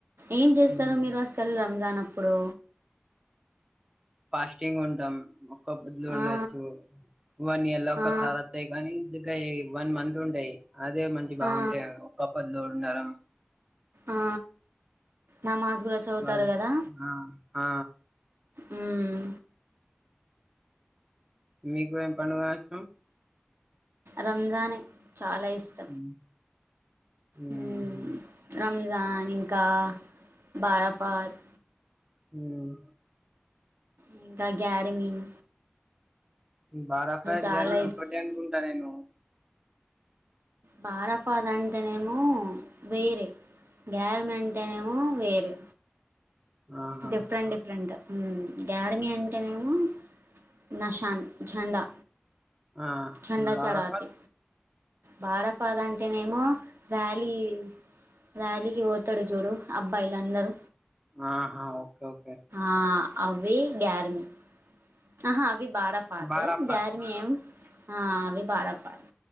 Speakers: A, on the right (about 70°); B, on the right (about 20°).
A: ఏం చేస్తారో
B: ఉమ్
A: మీరు అసలు కల్ రంజాన్ అప్పుడు
B: ఫాస్టింగ్ ఉంటాం ఒక్క బుదులు ఉండొచ్చు
A: ఆ
B: వన్ ఇయర్ లో ఒక్కసారి
A: ఆ
B: వస్తాయి కానీ ఇక వన్ మంత్ ఉంటాయి అదే మంచి బాగుంటాయి
A: ఆ
B: ఒక్క పొద్దులో ఉండడం
A: ఆ నమాజ్ లో చదువుతాడు
B: వాళ్ళు
A: కదా
B: ఆ ఆ
A: ఉమ్
B: మీకు ఎం పని బాయిష్టం
A: రంజానే చాలా ఇష్టం
B: మ్మహు
A: మ్మ్ రంజాన్ ఇంకా బారాపాత్
B: మ్మ్
A: ఇంగ గ్యాడమింగ్
B: బారాఫా
A: చాలా
B: గ్యాని
A: ఇష్టం
B: ఒకటే అనుకుంటా నేను
A: బారఫాద్ అంటేనేమో వేరే గ్యర్ మంటేనేమో వేరే
B: ఆహా
A: డిఫరెంట్ డిఫరెంటు గారమి అంటేనేమో నషాన్ చండా
B: ఆ
A: చండా
B: బారాఫత్
A: చడాతి బారపాద్ అంటేనేమో ర్యాలీ ర్యాలీకి పోతరు చూడు అబ్బాయిలు అందరూ
B: ఆహా ఓకే ఓకే
A: ఆ అవి గారమీ ఆహా అవి బారా పాత్
B: బారాఫత్
A: గ్యార మేం ఆ అవి బారా పాత్